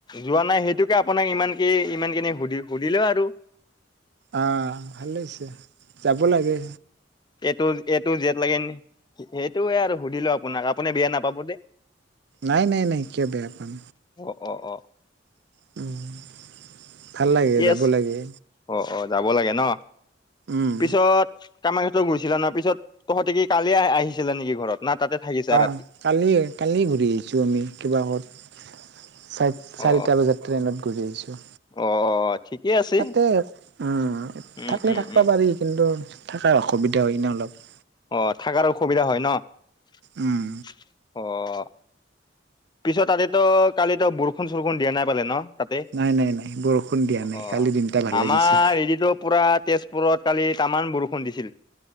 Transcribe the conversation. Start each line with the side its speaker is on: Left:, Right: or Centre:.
Left: যোৱা নাই সেইটোকে আপোনাক ইমান ইমান কেিননে সুধি- সুধিলে আৰু।
Right: অহ ভাল হৈছে যাব লাগে।
Left: এইটো-এইটো জেট লাগে সেইটোয়ে আৰু সুধিলো আপোনাক আপুনি বেয়া নাপাব দেই।
Right: নাই-নাই-নাই কিয় বেয়া পাম।
Left: অ-অ,
Right: উম ভাল লাগে
Left: ঠিকেই
Right: যাব
Left: আছে
Right: লাগে
Left: অ-অ যাব লাগে ন।
Right: উম
Left: পিছত কামাখ্যা টো ঘুৰিছিলা ন পিছত তহঁতে কি কালি আহিছিলা নেকি ঘৰত না তাতে থাকিছা
Right: আহ
Left: ৰাতি
Right: কালি-কালি ঘূৰি আহিছো আমি কিবা হত চাৰিটা
Left: অ
Right: বজাত ট্ৰেইনত ঘূৰি আহিছো।
Left: অ', ঠিকে আছে
Right: তাতে উ
Left: উম
Right: থাকিলে
Left: উম
Right: থাকিবা
Left: উম
Right: পাৰি কিন্তু। থকাৰ অসুবিধা হয় না অলপ।
Left: অ থাকাৰ অসুবিধা হয় ন
Right: উম
Left: অ', পিছত তাতে তো কালিতো বৰষুণ-চৰষুণ দিয়া নাই পালে ন তাতে
Right: নাই নাই নাই বৰষুণ দিয়া
Left: অ',
Right: নাই কালি দিনটা ভালে
Left: আমাৰ
Right: গৈছে
Left: হেৰিতো পুৰা তেজপুৰত কালি তামান বৰষুণ দিছিল।